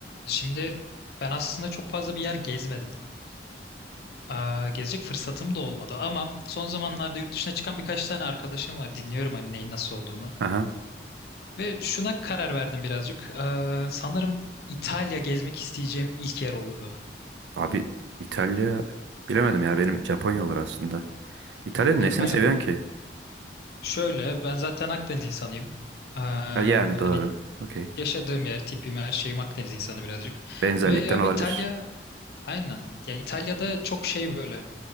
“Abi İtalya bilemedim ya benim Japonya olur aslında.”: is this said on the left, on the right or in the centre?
Right